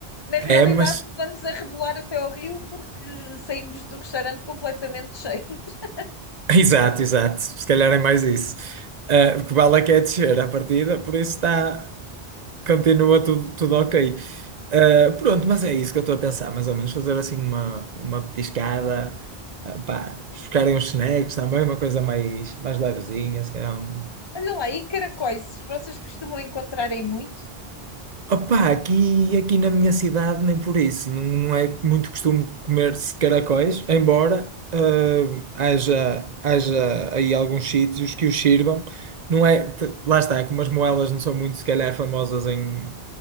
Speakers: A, on the left; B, on the right.
A: Na
B: É,
A: realidade,
B: mas
A: vamos a rebolar até ao rio porque saímos do restaurante completamente cheios. <laughs>
B: Exato, exato. Se calhar é mais isso. Ah, porque o Bala quer descer à partida, por isso está, continua tudo, tudo ok. Ah, pronto, mas é isso que eu estou a pensar, mais ou menos. Fazer assim uma, uma petiscada, ah, pá, buscarem uns snacks também, uma coisa mais, mais levezinha, se calhar um.
A: Olha lá, e caracóis, vocês costumam encontrar aí muito?
B: Opá, aqui, aqui na minha cidade nem por isso, não, não é muito costume comer-se caracóis, embora ah, haja, haja aí alguns sítios que os sirvam, não é, t- lá está, como as moelas não são muito, se calhar, famosas em,